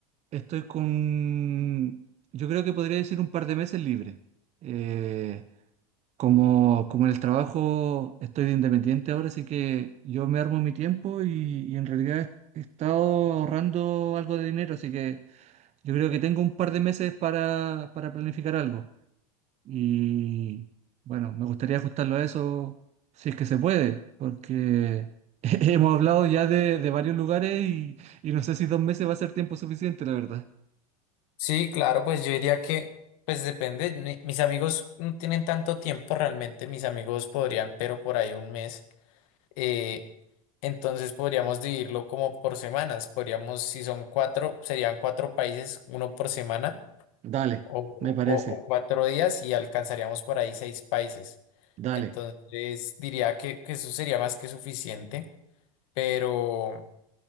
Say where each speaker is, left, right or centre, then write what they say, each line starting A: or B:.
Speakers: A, on the right (about 35°); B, on the left (about 65°).
A: Estoy con, yo creo que podría decir un par de meses libre. Eh, como, como en el trabajo estoy de independiente ahora, así que yo me armo mi tiempo y, y en realidad he estado ahorrando algo de dinero, así que yo creo que tengo un par de meses para, para planificar algo. Y bueno, me gustaría ajustarlo a eso si es que se puede, porque <laughs> hemos hablado ya de, de varios lugares y, y no sé si dos meses va a ser tiempo suficiente, la verdad.
B: Sí, claro, pues yo diría que pues depende. Mi- Mis amigos no tienen tanto tiempo realmente. Mis amigos podrían, pero por ahí un mes. Eh, entonces podríamos dividirlo como por semanas. Podríamos, si son cuatro, serían cuatro países, uno por semana.
A: Dale,
B: o,
A: me parece,
B: o- o cuatro días y alcanzaríamos por ahí seis países.
A: dale.
B: Entonces diría que, que eso sería más que suficiente, pero,